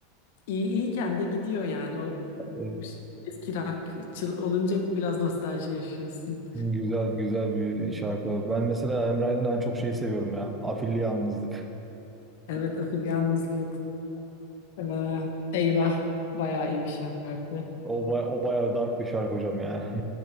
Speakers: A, on the left (about 65°); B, on the right (about 15°).
A: iyi iyiyken de gidiyor yani o
B: Evet.
A: ş- eski rockçı olunca biraz nostalji yaşıyorsun.
B: Güzel güzel bir şarkı. Ben mesela Emre Aydın'dan en çok şeyi seviyorum ya. Afilli Yalnızlık.
A: Evet <laughs> Ahıl Yalnızlık. Ee, eyvah bayağı iyi bir şarkı.
B: O, ba- o bayağı dark bir şarkı hocam ya. <laughs>